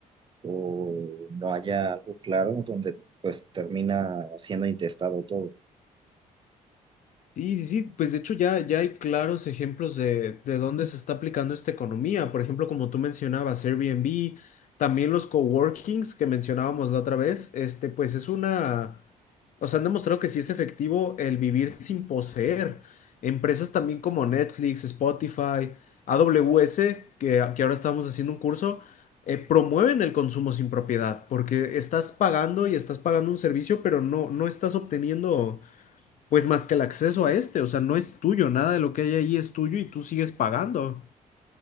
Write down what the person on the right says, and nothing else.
o no haya algo claro donde pues termina siendo intestado todo.